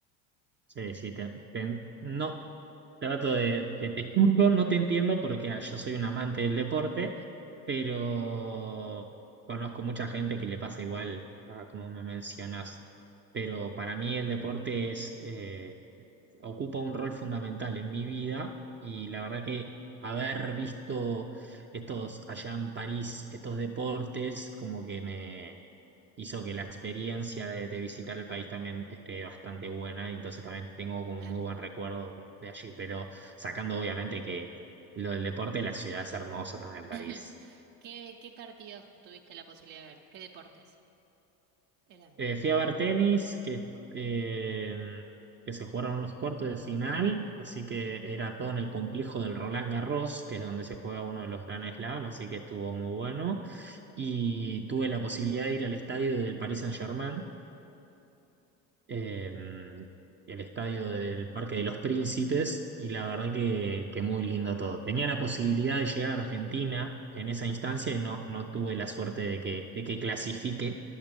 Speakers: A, on the right (about 25°); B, on the right (about 70°).
A: Sí, sí, te, te- no, trato de, de- te escucho, no te entiendo porque ah, yo soy un amante del deporte, pero conozco mucha gente que le pasa igual, ah, como me mencionas, pero para mí el deporte es, eh, ocupa un rol fundamental en mi vida y la verdad que haber visto estos allá en París, estos deportes, como que me hizo que la experiencia de, de visitar el país también esté bastante buena y entonces también tengo como muy
B: Ahora,
A: buen recuerdo de allí, pero sacando obviamente que lo del deporte, la ciudad es hermosa también, París.
B: <laughs> ¿Qué, qué partidos tuviste la posibilidad de ver? ¿Qué deportes eran?
A: Eh, fui a ver tenis, que, eh, que se jugaron unos cuartos de final, así que era todo en el complejo del Roland Garros, que es donde se juega uno de los Grand
B: Guau.
A: Slam, así que estuvo muy bueno. Y tuve la posibilidad de ir al estadio del Paris Saint-Germain, eh, el estadio del Parque de los Príncipes y la verdad que, que muy lindo todo. Tenía la posibilidad de llegar a Argentina en esa instancia y no, no tuve la suerte de que, de que clasifique,